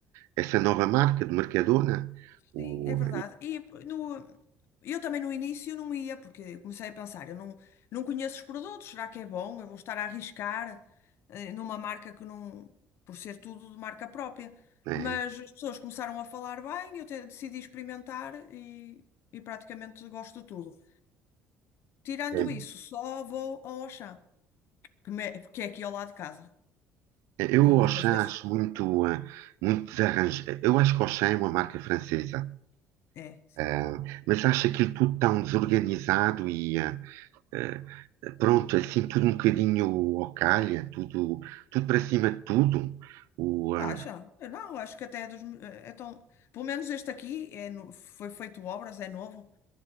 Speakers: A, on the right (about 85°); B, on the left (about 60°).
A: essa nova marca de Mercadona, o,
B: Sim, é verdade. E no, eu também no início não ia, porque comecei a pensar, eu não, não conheço os produtos, será que é bom? Eu vou estar a arriscar eh, numa marca que não, por ser tudo de marca própria.
A: é,
B: Mas as pessoas começaram a falar bem, eu te- decidi experimentar e, e praticamente gosto de tudo. Tirando
A: é
B: isso, só vou ao Auchan, que me- porque é aqui ao lado de casa. Vou
A: Eu o
B: muitas
A: Auchan
B: vezes.
A: acho muito, ah, muito desarranjado. Eu acho que o Auchan é uma marca francesa,
B: É, sim.
A: ah, mas acho aquilo tudo tão desorganizado e ah, ah, pronto, assim, tudo um bocadinho ao calha, tudo, tudo para cima de tudo. O, ah,
B: Acha? Eu Não, acho que até é dos. eh, É tão... Pelo menos este aqui é no- foi feito obras, é novo.